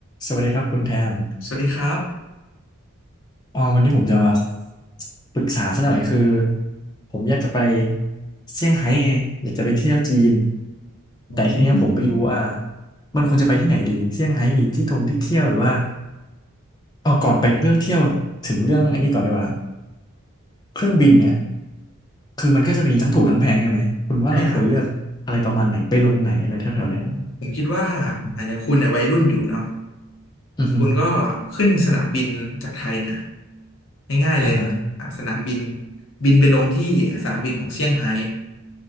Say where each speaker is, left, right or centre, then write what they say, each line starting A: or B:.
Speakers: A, on the left (about 20°); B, on the left (about 60°).
A: สวัสดีครับคุณแทน
B: สวัสดีครับ
A: อ๋อวันนี้ผมจะมาปรึกษาสักหน่อยคือผมอยากจะไปเซี่ยงไฮ้ไงอยากจะไปเที่ยวจีน
B: อืม
A: แต่ทีเนี้ยผมไม่รู้ว่ามันควรจะไปที่ไหนดีเซี่ยงไฮ้มีที่ท่องที่เที่ยวหรือว่าอ๋อาก่อนไปเรื่องเที่ยวถึงเรื่องอันนี้ก่อนดีกว่าเครื่องบินเนี่ยคือมันก็จะมีทั้งถูกทั้งแพงใช่ไหมคุณว่าเราควรเลือกอะไรประมาณไหนไปลงไหนอะไรแถวๆเนี้ย
B: ใช่ครับอ๋อผมคิดว่า
A: อ๋อ
B: อ่ะอย่างคุณเนี่ยวัยรุ่นอยู่เนาะ
A: อือฮึ
B: คุณก็ขึ้นสนามบินจากไทยเนี่ยง่ายๆเลยอ่ะสนามบิน
A: อ่าฮะ
B: บินไปลงที่สนามบินของเซี่ยงไฮ้